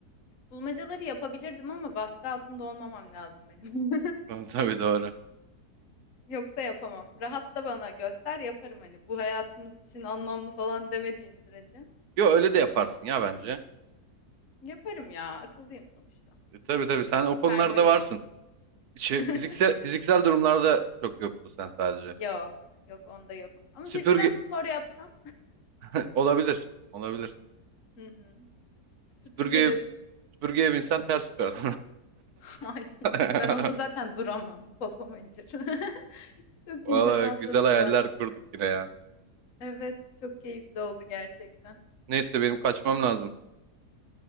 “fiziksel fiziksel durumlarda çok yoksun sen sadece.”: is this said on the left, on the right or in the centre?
Right